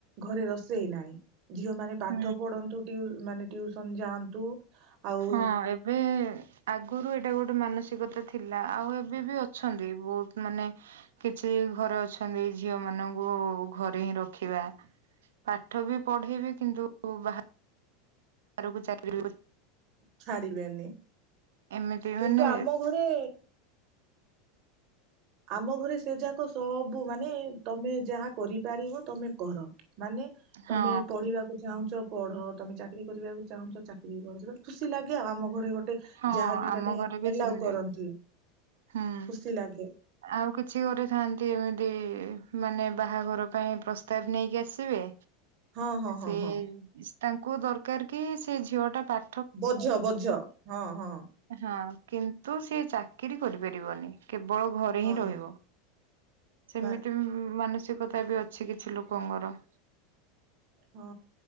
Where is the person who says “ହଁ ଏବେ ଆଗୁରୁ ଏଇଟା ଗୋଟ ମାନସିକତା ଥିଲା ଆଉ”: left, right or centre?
Right